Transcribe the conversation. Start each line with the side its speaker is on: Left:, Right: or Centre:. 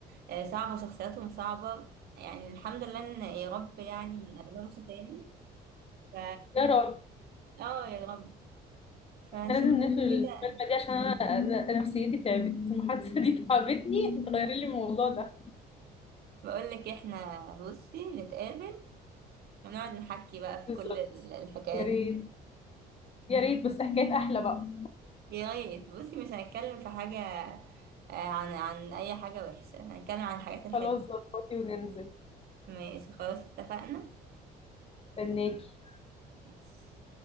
Right: آه، صعبة شخصياتهم صعبة يعني الحمد لله إن يا رب يعني ما نقابلهمش تاني ف
Left: يا رب
Right: اه يا رب فان
Left: احنا
Right: شاء
Left: لازم
Right: الله
Left: نقفل المكالمه
Right: كده
Left: دي عشان انا أنا نفسيتي تعبت المحادثه دي تعبتني غيري لي الموضوع ده
Right: بقول لك احنا بصي نتقابل ونقعد نحكي بقى في
Left: بالظبط
Right: كل ال- الحكايات
Left: يا ريت
Right: دي
Left: يا ريت بس حكايات احلى بقى
Right: يا ريت بصي مش هنتكلم في حاجة آه، عن عن اي حاجة وحشة هنتكلم عن الحاجات الحلوة
Left: خلاص ظبطي وننزل
Right: ماشي خلاص اتفقنا
Left: استناكي
Right: ماشي